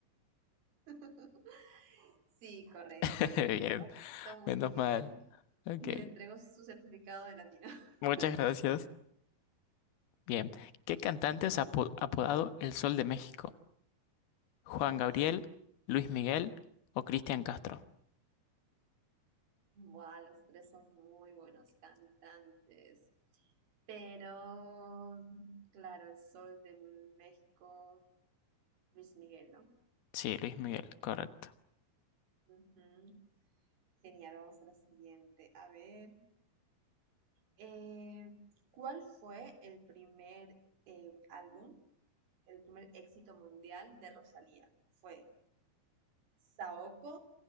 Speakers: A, on the right (about 80°); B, on the left (about 80°).
A: <laughs> Sí, correcto,
B: <laughs>
A: es
B: Bien,
A: Despacito, muy
B: menos
A: bien.
B: mal, ok.
A: Le entrego su certificado de latino. <laughs>
B: Muchas gracias. Bien, ¿qué cantante es apo- apodado El Sol de México? ¿Juan
A: Ajá.
B: Gabriel, Luis Miguel o Cristian Castro?
A: Wow, los tres son muy buenos cantantes. Pero, mm, claro, el sol de México, Luis Miguel, ¿no?
B: Sí, Luis Miguel, correcto.
A: Ujú. Genial, vamos a la siguiente. A ver, eh, ¿cuál fue el primer eh, álbum, el primer éxito mundial de Rosalía? ¿Fue Saoko,